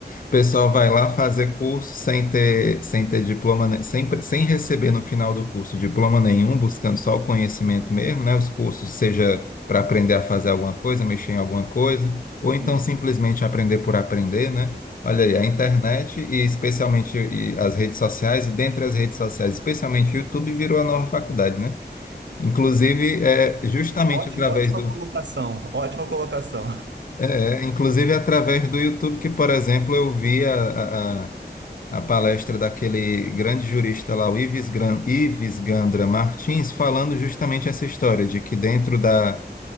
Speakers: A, on the left; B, on the right.
A: O pessoal vai lá fazer curso sem ter, sem ter diploma, né? sem, pre- sem receber no final do curso diploma nenhum, buscando só o conhecimento mesmo, né? Os cursos, seja para aprender a fazer alguma coisa, mexer em alguma coisa, ou então
B: Sim.
A: simplesmente aprender por aprender, né? Olha aí, a internet e especialmente e as redes sociais, e dentre as redes sociais, especialmente o YouTube, virou a nova faculdade, né? Inclusive, é justamente
B: Óti-
A: através
B: Ótima
A: do,
B: colocação, ótima colocação.
A: é, é, inclusive através do YouTube, que, por exemplo, eu vi a, a- a- a palestra daquele grande jurista lá, o Ives, Gran- Ives Gandra Martins, falando justamente essa história de que dentro da,